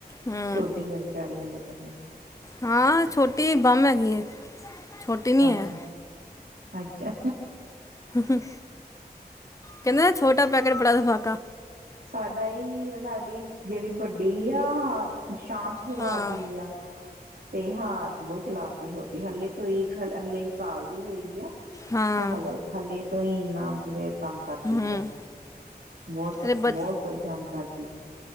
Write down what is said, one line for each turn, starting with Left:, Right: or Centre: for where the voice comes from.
Left: ਹੂੰ
Right: ਛੋਟੀ ਆ ਵਿਚਾਰੀ ਹਲੇ। <unintelligible>
Left: ਹਾਂ ਛੋਟੀ ਬੰਮ ਹੈਗੀ ਐਂ। ਛੋਟੀ ਨੀ
Right: ਅੱਛਾ
Left: ਹੈ।
Right: ਅੱਛਾ।
Left: ਹੂੰ ਕਹਿੰਦੇ ਨੇ ਛੋਟਾ ਪੈਕੇਟ ਬੜਾ ਧਮਾ
Right: ਸਾਡਾ ਇਹ ਆ ਸਾਡੀ। ਜਿਹੜੀ ਵੱਡੀ ਆ ਹ ਸ਼ਾਂਤ ਸੁਭਾਅ
Left: ਹਾਂ
Right: ਦੀ ਆ। ਤੇ ਹਾਂ ਬਹੁਤ ਚਲਾਕ ਹੈ ਛੋ ਹਲੇ ਤੋਂ ਇੱਕ ਹਲ ਹਲੇ ਸਾਲ ਦੀ ਹੋਈ ਆ।
Left: ਹਾਂ
Right: ਤੇ ਹਲੋ ਹਲੇ ਤੋਂ ਹੀ ਇੰਨਾ ਮਤਲਬ ਤੰਗ ਕਰਦੀ
Left: ਹਮ
Right: ਆ। ਬਹੁਤ
Left: ਅਰੇ ਬ
Right: ਬਹੁਤ ਪਰੇਸ਼ਾਨ ਕਰਦੀ।